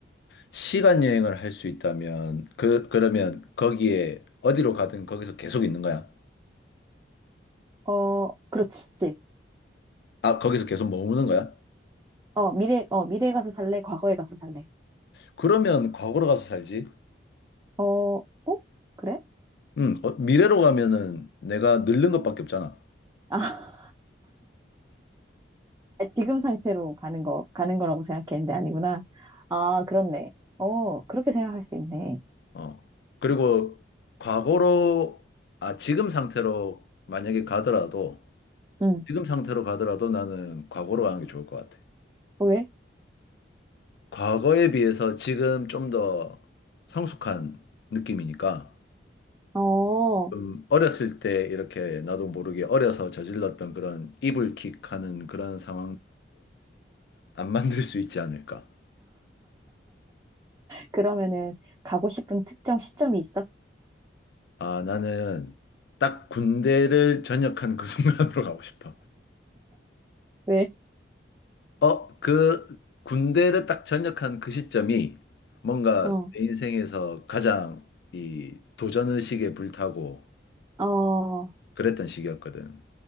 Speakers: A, on the left; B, on the right.
A: 시간 여행을 할 수 있다면 그 그러면 거기에 어디로 가든 거기서 계속 있는 거야?
B: 어, 그렇지.
A: 아, 거기서 계속 머무는 거야?
B: 어, 미래, 어, 미래에 가서 살래? 과거에 가서 살래?
A: 그러면 과거로 가서 살지.
B: 어, 어? 그래?
A: 음, 어, 미래로 가면은 내가 늙는 것밖에 없잖아.
B: 아, <laughs> 지금 상태로 가는 거, 가는 거라고 생각했는데 아니구나. 아, 그렇네. 어, 그렇게 생각할 수 있네.
A: 어. 그리고 과거로 아, 지금 상태로 만약에 가더라도
B: 응.
A: 지금 상태로 가더라도 나는 과거로 가는 게 좋을 것 같아.
B: 어, 왜?
A: 과거에 비해서 지금 좀 더 성숙한 느낌이니까
B: 어,
A: 좀 어렸을 때 이렇게 나도 모르게 어려서 저질렀던 그런 이불킥 하는 그런 상황을 안 만들 수 있지 않을까.
B: 그러면은 가고 싶은 특정 시점이 있어?
A: 아, 나는 딱 군대를 전역한 그 <laughs> 순간으로 가고 싶어.
B: 왜?
A: 어, 그 군대를 딱 전역한 그 시점이 뭔가
B: 어,
A: 내 인생에서 가장 이 도전 의식에 불타고
B: 어,
A: 그랬던 시기였거든.